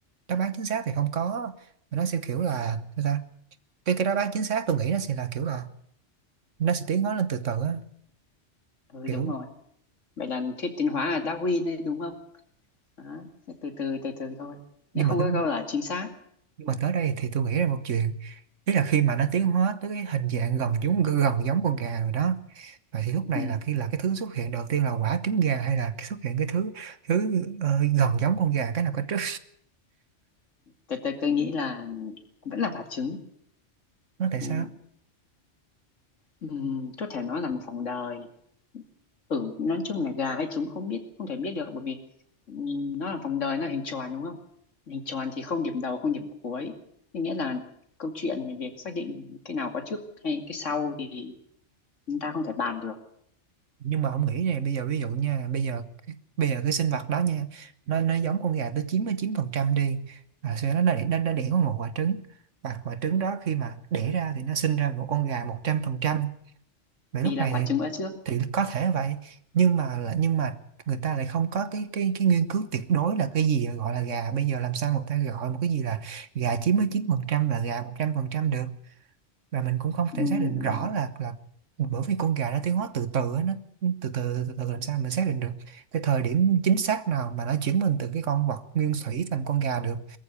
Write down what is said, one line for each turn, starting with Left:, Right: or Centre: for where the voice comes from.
Right: đáp án chính xác thì không có mà nó sẽ kiểu là sao ta cái cái đáp án chính xác tôi nghĩ nó sẽ là kiểu là nó sẽ tiến hóa lên từ từ á
Left: ừ
Right: kiểu
Left: đúng rồi vậy là thuyết tiến hóa là Darwin đấy đúng không đó, sẽ từ từ từ từ thôi
Right: nhưng
Left: nhưng không
Right: mà tính-
Left: có câu là chính xác
Right: nhưng mà tới đây thì tôi nghĩ ra một chuyện tức là khi mà nó tiến hóa tới cái hình dạng gần giống gần giống con gà rồi đó vậy thì lúc này
Left: ừ.
Right: là khi là cái thứ xuất hiện đầu tiên là quả trứng gà hay là cái xuất hiện cái thứ thứ ờ, gần giống con gà cái nào cái trước
Left: tôi, tôi, tôi nghĩ là vẫn là quả trứng
Right: nó tại
Left: ừ,
Right: sao
Left: ừ, có thể nói là một vòng đời Ừ, nói chung là gà hay trứng không biết không thể biết được bởi vì ừm, nó là vòng đời nó là hình tròn đúng không hình tròn thì không điểm đầu không điểm cuối thế nghĩa là câu chuyện về việc xác định cái nào có trước hay cái sau thì chúng ta không thể bàn được
Right: nhưng mà ông nghĩ này bây giờ ví dụ nha là bây giờ bây giờ cái sinh vật đó nha nó nó giống con gà tới 99 phần trăm đi à, sau đó nó đẻ nó, nó đẻ có một quả trứng và quả trứng đó khi mà đẻ ra thì nó sinh ra một con gà 100 phần trăm vậy lúc
Left: vì là
Right: này
Left: quả
Right: thì
Left: trứng có trước
Right: thì có thể vậy nhưng mà là nhưng mà người ta lại không có cái cái cái nghiên cứu tuyệt đối là cái gì gọi là gà bây giờ làm sao người ta gọi một cái gì là gà 99 phần trăm và gà 100 phần trăm được và mình cũng không
Left: Ừm,
Right: thể xác định rõ là là bởi vì con gà nó tiến hóa từ từ á, nó từ từ từ từ làm sao mình xác định được cái thời điểm chính xác nào mà nó chuyển mình từ cái con vật nguyên thủy thành con gà được